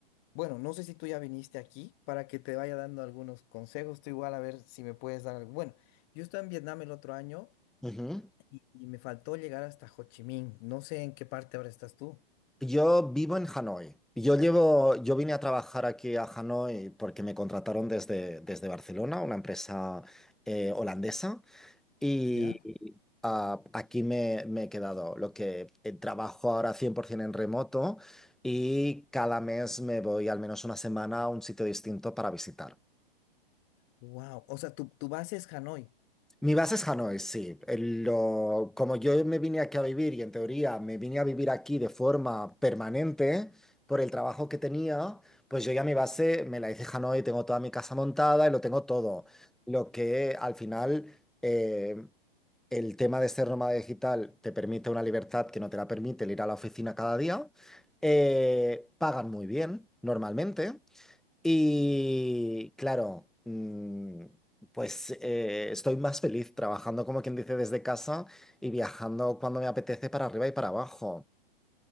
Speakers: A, on the left; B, in the centre.
A: bueno, no sé si tú ya viniste aquí para que te vaya dando algunos consejos. Tú igual a ver si me puedes dar algo. Bueno, yo estaba en Vietnam el otro año
B: Ujú.
A: y, y me faltó llegar hasta Ho Chi Minh. No sé en qué parte ahora estás tú.
B: Yo vivo en Hanoi. Yo llevo, yo vine a trabajar aquí a Hanoi porque me contrataron desde, desde Barcelona, una empresa eh, holandesa, y
A: ¿Ya?
B: ah, aquí me, me he quedado. Lo que eh, trabajo ahora 100% en remoto y cada mes me voy al menos una semana a un sitio distinto para visitar.
A: Wow. O sea, tu, tu base es Hanoi.
B: Mi base es Hanoi, sí. El- lo- como yo me vine aquí a vivir y en teoría me vine a vivir aquí de forma permanente por el trabajo que tenía, pues yo ya mi base me la hice en Hanoi, tengo toda mi casa montada y lo tengo todo. Lo que al final eh, el tema de ser nómada digital te permite una libertad que no te la permite el ir a la oficina cada día. Eh, pagan muy bien normalmente. Y claro, mm, pues eh, estoy más feliz trabajando, como quien dice, desde casa y viajando cuando me apetece para arriba y para abajo.